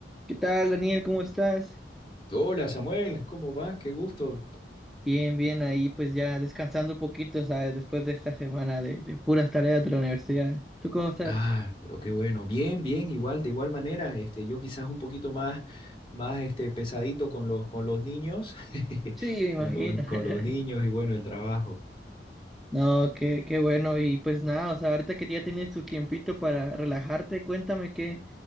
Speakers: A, in the centre; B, on the left.
A: ¿Qué tal, Daniel? ¿Cómo estás?
B: Hola Samuel, ¿cómo vas? Qué gusto.
A: Bien, bien, ahí pues ya descansando un poquito, ¿sabes? Después de esta semana de, de puras tareas de la universidad. ¿Tú cómo estás?
B: Ah, pero qué bueno. Bien, bien, igual, de igual manera, este, yo quizás un poquito más, más este, pesadito con los, con los niños, <laughs>
A: Sí, me imagino.
B: con los,
A: <laughs>
B: con los niños y bueno, el trabajo.
A: No, qué, qué bueno. Y pues nada, o sea, ahorita que ya tienes tu tiempito para relajarte, cuéntame qué,